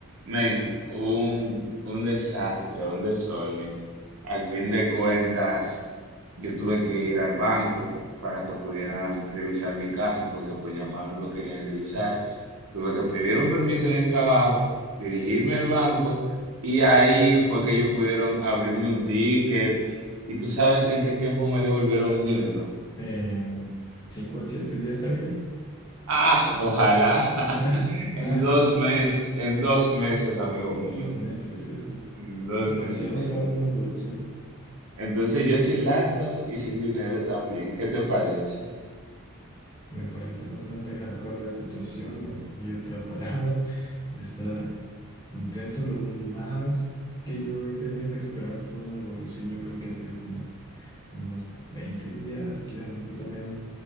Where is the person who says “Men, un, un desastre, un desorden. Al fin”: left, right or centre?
Right